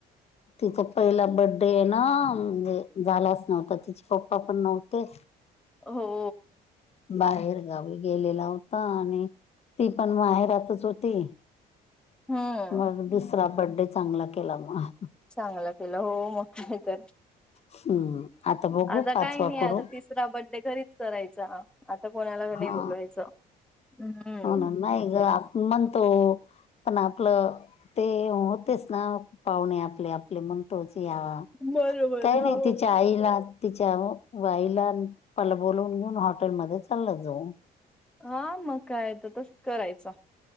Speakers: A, on the left; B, in the centre.
A: तिचा पहिला बड्डे हाय ना, म्हणजे झालाच नव्हता. तिचे पप्पापण नव्हते.
B: हो.
A: बाहेरगावी गेलेला होता आणि तीपण माहेरातच होती.
B: हम्म
A: मग दुसरा बड्डे चांगला केला मग.
B: चांगला केला हो, मग कायतर.
A: हम्म बघू
B: आता
A: पाचवा
B: काही नाही
A: करू
B: आता तीस दुसरा बड्डे घरीच करायचा, आता कोणालाच
A: हा
B: नाही बोलवायचं. हम्म
A: हो ना, नाही ग म्हणतो, पण आपलं ते होतेच ना पाहुणे आपले आपले म्हणतोच या.
B: बरोबर
A: काही नाही
B: हो
A: तिच्या आईला- तिच्या वाईला आन प्पपाला बोलवून घेऊन हॉटेलमध्ये चला जाऊ.
B: आ मग काय तथच करायचा.